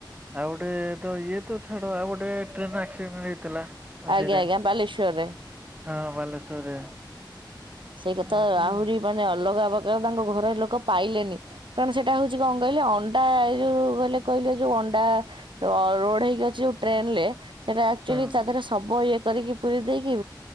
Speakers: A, on the right; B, on the right.
A: ଆଉ ଗୋଟେ ତ ଇଏ ତ ଛାଡ ଆଉ ଗୋଟେ ଟ୍ରେନ ଆକ୍ସିଡେଣ୍ଟ ହେଇଥିଲା। ମଝିରେ
B: ଆଜ୍ଞା ଆଜ୍ଞା ବାଲେଶ୍ଵରରେ।
A: ହଁ ବାଲେଶ୍ଵରରେ।
B: ସେଇଟା ତ
A: ଏସବୁ
B: ଆହୁରି ମାନେ ଅଲଗା ପ୍ରକାର ତାଙ୍କ ଘର ଲୋକ ପାଇଲେନି କାରଣ ସେ ଏଟା ହଉଛି କଣ କହିଲେ ଅଣ୍ଡା ଏଇ ଯୋଉ କହିଲେ କହିଲେ ଯୋଉ ଅଣ୍ଡା ଲୋଡ ହେଇକି ଅଛି ଯୋଉ ଟ୍ରେନେରେ ସେଟା ଆକ୍ଚୁଲି
A: ହଁ
B: ତାତିରେ ସବୁ ଇଏ କରିକି ପୁରେଇ ଦେଇକି